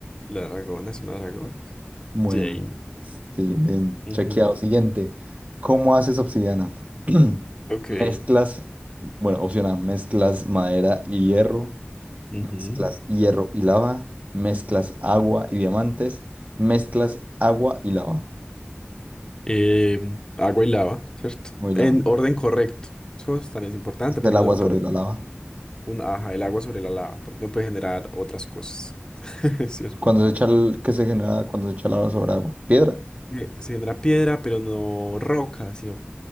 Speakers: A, on the left (about 20°); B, on the right (about 35°).
A: La dragona es una dragona.
B: Bueno,
A: Jane.
B: sí, bien,
A: Ujú,
B: chequeado. Siguiente, ¿cómo haces obsidiana? <clears throat>
A: Ok.
B: Mezclas, bueno, opción A, mezclas madera y hierro,
A: ujú.
B: mezclas hierro y lava, mezclas agua y diamantes, mezclas agua y lava,
A: Em, agua y lava, ¿cierto?
B: o y
A: En
B: lava,
A: orden correcto. Eso es- también es importante
B: es del
A: porque
B: agua
A: uno no
B: sobre
A: puede,
B: la lava.
A: un, ajá, el agua sobre la lava, porque uno puede generar otras cosas. <laughs> Es ¿Cierto?
B: Cuando se echa el, ¿qué se genera cuando se echa lava sobre agua? Piedra.
A: Eh, Se genera piedra, pero no roca, sino